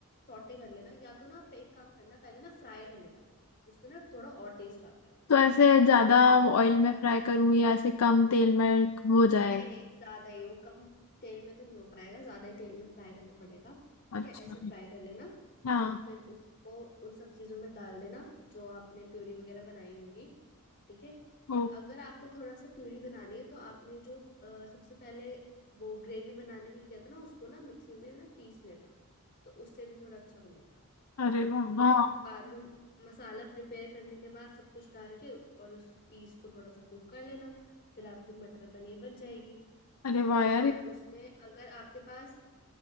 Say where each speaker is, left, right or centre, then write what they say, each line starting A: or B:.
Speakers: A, on the left; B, on the left.
A: सॉटे कर लेना या तो ना आप एक काम करना पहले ना फ्राई कर लेना पनीर उससे ना थोड़ा और टेस्ट आता है
B: तो ऐसे ज्यादा ऑयल में फ्राई करूँ या ऐसे कम तेल में हो जाएगा
A: नहीं नहीं ज्यादा ही वो कम तेल में तो नहीं हो पाएगा ज्यादा ही तेल में फ्राई करना पड़ेगा ठीक
B: अच्छा
A: है ऐसे फ्राई कर लेना
B: हाँ
A: फिर उसको उन सब चीजों में डाल देना जो आपने प्यूरी वगैरह बनाई होगी ठीक है और
B: ओ
A: अगर आपको थोड़ा सा प्यूरी बनानी है तो आपने जो अ, सबसे पहले वो ग्रेवी बनाने के लिए किया था ना उसको ना मिक्सी में ना पीस लेना तो उससे भी थोड़ा अच्छा बनेगा
B: अरे वाह
A: ठीक है
B: हाँ
A: फिर बाद में मसाला प्रिपेयर करने के बाद सब कुछ डाल के और उस पीस को थोड़ा सा कुक कर लेना फिर आपकी मटर पनीर बन जाएगी
B: अरे वाह यार
A: और उसमें अगर आपके पास